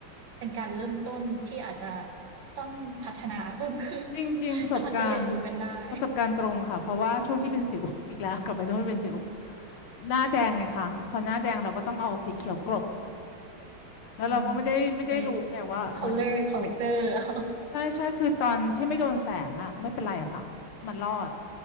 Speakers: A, on the right; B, on the left.
A: เป็นการเริ่มต้นที่อาจจะต้องพัฒนาเพิ่มขึ้น
B: จริงๆประสบการณ์
A: <laughs> จึงมันก็เรียนรู้กันได้
B: ประสบการณ์ตรงค่ะเพราะว่าช่วงที่เป็นสิว <laughs> อีกแล้วกลับไปช่วงที่เป็นสิวหน้าแดงไงคะพอหน้าแดงเราก็ต้องเอาสีเขียวกลบแล้วเราก็ไม่ได้ไม่ได้รู้ไงว่ามันจะมีเอฟเฟกต์
A: ลองใช้ color c o l l e c t o r เอา
B: ใช่ใช่คือตอนที่ไม่โดนแสงอะไม่เป็นไรอะค่ะมันรอด